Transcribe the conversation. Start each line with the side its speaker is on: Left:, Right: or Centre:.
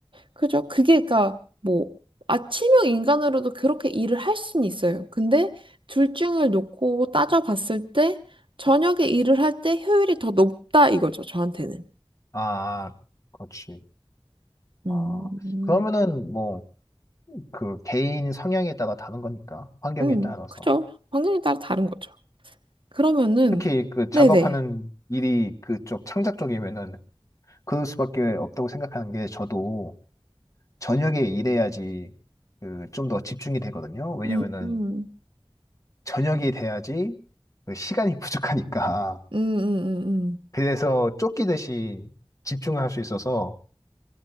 Right: 그죠? 그게, 그니까, 뭐, 아침형 인간으로도 그렇게 일을 할 수는 있어요. 근데 둘 중을 놓고 따져봤을 때, 저녁에 일을 할 때 효율이 더 높다 이거죠, 저한테는.
Left: 아, 그렇지.
Right: 음,
Left: 아, 그러면은 뭐 그 개인 성향에 따라 다른 거니까 환경에
Right: 음,
Left: 따라서
Right: 그죠? 환경에 따라 다른 거죠. 그러면은,
Left: 특히 그 작업하는
Right: 네네.
Left: 일이 그쪽 창작 쪽이면은 그럴 수밖에 없다고 생각하는 게 저도 저녁에 일해야지 그 좀 더 집중이 되거든요. 왜냐면은
Right: 음, 음,
Left: 저녁이 돼야지 그 시간이 <laughs> 부족하니까.
Right: 음, 음, 음.
Left: 그래서 쫓기듯이 집중을 할 수 있어서